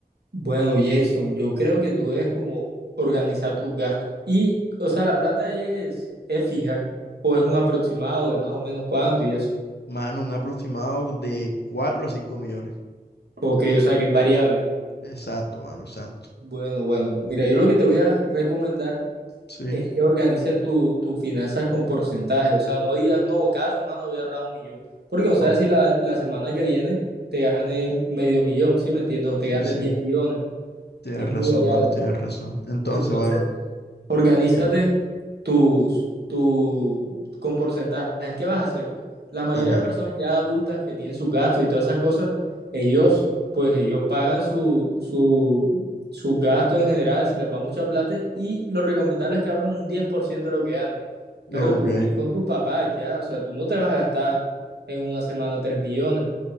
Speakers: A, on the right; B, on the left.
A: Bueno, Jason, yo creo que tú debes como organizar tus gastos. Y, o sea, la plata es, es fija, o es un aproximado de más o menos cuánto y eso.
B: Mano, un aproximado de 4 a 5 millones.
A: Ok, o sea que es variable.
B: Exacto, mano, exacto.
A: Bueno, bueno. Mira, yo lo que te voy a recomendar
B: Sí,
A: es que organices tu- tus finanzas con porcentaje. O sea, no digas, no, cada semana voy a ahorrar un millón. Porque no sabes
B: o-
A: si la, la semana que viene te ganes medio millón, ¿sí me entiendes? O te
B: sí,
A: ganes
B: sí,
A: 10 millones.
B: tienes
A: Es
B: razón,
A: muy variable.
B: mano, tienes razón. Entonces,
A: Entonces,
B: mano,
A: Organízate tus, tu, con porcentajes. ¿Qué vas a hacer? La mayoría
B: ajá,
A: de personas ya adultas que tienen sus gastos y todas esas cosas, ellos, pues ellos pagan su, su, sus gastos en general, se les va mucha plata y lo recomendable es que ahorren un 10% de lo que ganen.
B: no,
A: Pero tú
B: ok.
A: vives con tus papás ya, o sea, tú no te vas a gastar en una semana tres millones,